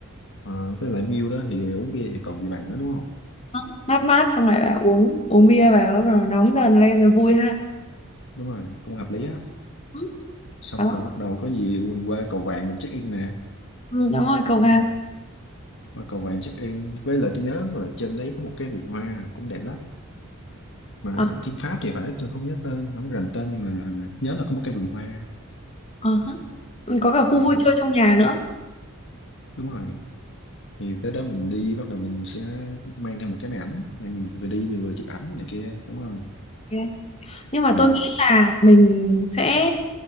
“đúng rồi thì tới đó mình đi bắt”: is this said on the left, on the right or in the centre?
Left